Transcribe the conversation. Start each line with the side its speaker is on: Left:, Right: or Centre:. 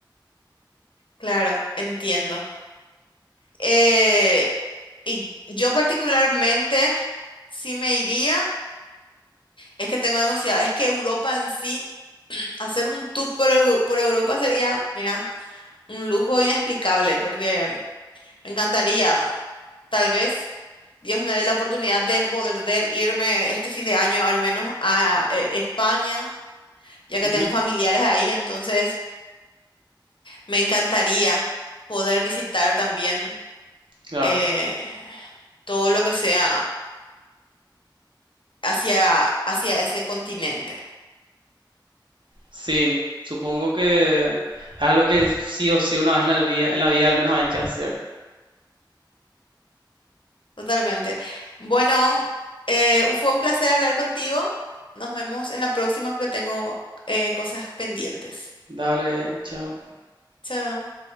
Left: Claro, entiendo. Eh, y yo particularmente, sí me iría, es que tengo demasiado, es que Europa en sí, hacer un tour por, Eu- por Europa sería, mira. un lujo inexplicable, porque me encantaría, tal vez Dios me dé la oportunidad de poder de irme este fin de año al menos a eh, España, ya que
Right: Ujú,
Left: tengo familiares ahí, entonces me encantaría poder visitar también
Right: claro.
Left: eh, todo lo que sea hacia, hacia ese continente.
Right: Sí, supongo que es algo que sí o sí una vez en la vida, en la vida al menos hay que hacer.
Left: Totalmente. Bueno, eh, fue un placer hablar contigo. Nos vemos en la próxima porque tengo eh, cosas pendientes.
Right: Dale, chao.
Left: Chao.